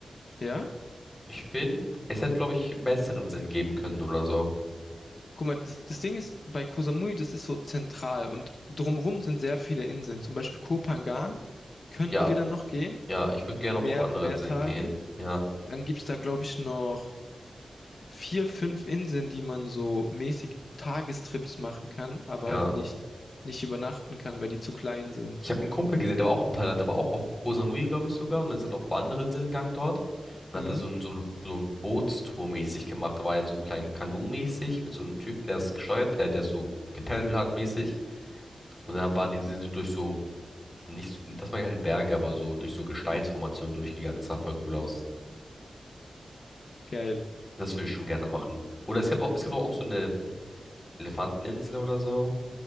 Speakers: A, on the left; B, on the left.
A: ja,
B: Ich finde, es hätte, glaube ich, besseren Sinn geben können oder so.
A: guck mal, das, das Ding ist, bei Koh Samui, das ist so zentral und drumrum sind sehr viele Inseln. Zum Beispiel Koh Phangan könnten
B: Ja,
A: wir dann noch gehen,
B: ja, ich würde gerne
A: mehr,
B: auch auf andere
A: mehr
B: Inseln
A: Tage.
B: gehen. Ja,
A: Dann gibt's da, glaube ich, noch vier, fünf Inseln, die man so mäßig Tagestrips machen kann, aber
B: ja.
A: halt nicht, nicht übernachten kann, weil die zu klein sind.
B: Ich habe einen Kumpel gesehen, der war auch in Thailand, der war auch auf Koh Samui, glaube ich sogar. Und dann sind noch auf andere Inseln gegangen dort. Und
A: Mhm,
B: hat da so ein, so ein, so ein Bootstour mäßig gemacht. Da war er in so einem kleinen Kanu mäßig mit so einem Typen, der es gesteuert, äh, der so gepaddelt hat mäßig. Und dann waren die, sind sie durch so, nicht, so- das waren keine Berge, aber so durch so Gesteinsformationen durchgegangen. Das sah voll cool aus.
A: geil.
B: Das würde ich schon gerne machen. Oder es gab auch, es gibt auch so eine Elefanteninsel oder so.